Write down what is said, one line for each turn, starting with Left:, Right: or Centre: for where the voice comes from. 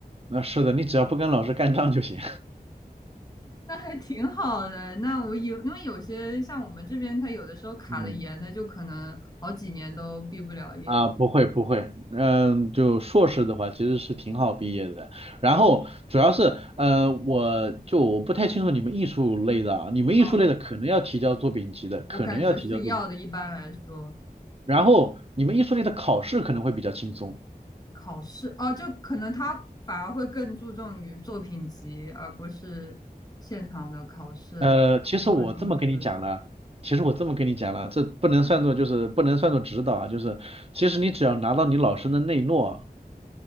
Right: 那、是的，你只要不跟老师干仗就行。
Left: 那还挺好的。那我有，因为有些像我们这边，他有的时候卡的严的，
Right: <laughs> 嗯。
Left: 就可能好几年都毕不了业。
Right: 啊，不会不会，嗯，就硕士的话其实是挺好毕业的。然后主要是，呃，我就我不太清楚你们艺术类的啊，你们艺术类的可能要提交作品集的，
Left: 嗯，我感觉是要的，
Right: 可能要提交作品集。
Left: 一般来说。
Right: 然后你们艺术类的考试可能会比较轻松。
Left: 考试哦，就可能他反而会更注重于作品集，而不是现场的考试。
Right: 呃，其实我这么跟你讲了，
Left: 如果是艺术类，
Right: 其实我这么跟你讲了，这不能算作就是不能算作指导啊，就是其实你只要拿到你老师的内诺。